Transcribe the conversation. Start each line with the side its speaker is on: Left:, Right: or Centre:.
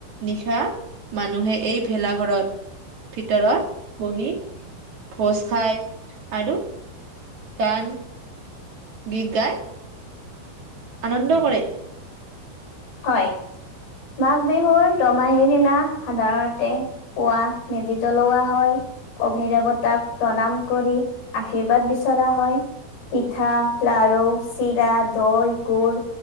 Right: নিশ তথা মানুহে এই ভেলাঘৰত ভিতৰত বহি ভোজ খাই আৰু। গান গীত গায়। আনন্দ কৰে।
Left: হয়। মাঘ বিহুৰ দমাহীৰ দিনা সাধাৰণতে, পুৱা মেজি জ্বলোৱা হয়। অগ্নি দেৱতাক প্ৰণাম কৰি আশীৰ্বাদ বিচৰা হয়। পিঠা লাৰু চিৰা দৈ গুুৰ